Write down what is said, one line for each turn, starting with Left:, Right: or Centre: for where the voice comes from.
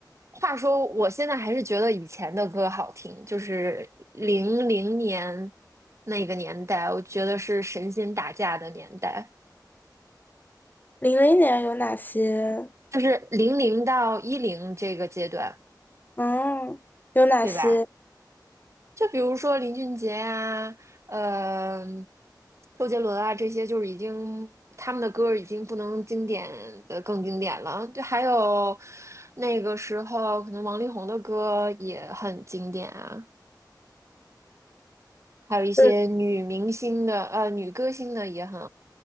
Right: 话说我现在还是觉得以前的歌好听，就是零零年那个年代，我觉得是神仙打架的年代。
Left: 零零年有哪些？
Right: 就是零零到一零这个阶段，
Left: 嗯，有哪些？
Right: 对吧？就比如说林俊杰啊，呃，周杰伦啊，这些就是已经他们的歌已经不能经典的更经典了。就还有那个时候，可能王力宏的歌也很经典啊，还有一些女明星的呃女歌星的也很，
Left: 对，